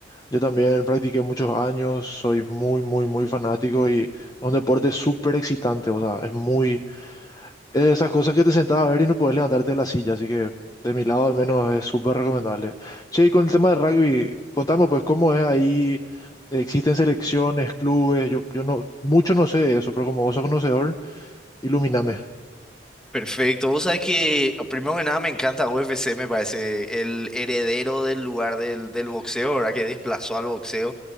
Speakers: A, on the left; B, in the centre.
A: Yo también practiqué muchos años, soy muy, muy, muy fanático y es un deporte súper excitante, o sea, es muy, es de esas cosas que te sentás a ver y no puedes levantarte de la silla, así que de mi lado al menos es súper recomendable. Che, y con el tema del rugby, contame pues cómo es ahí, existen selecciones, clubes, yo, yo no, mucho no sé de eso, pero como vos sos conocedor, ilumíname.
B: Perfecto. Vos sabés que, primero que nada, me encanta UFC, me parece el heredero del lugar del, del boxeo, ¿verdad? Que desplazó al boxeo.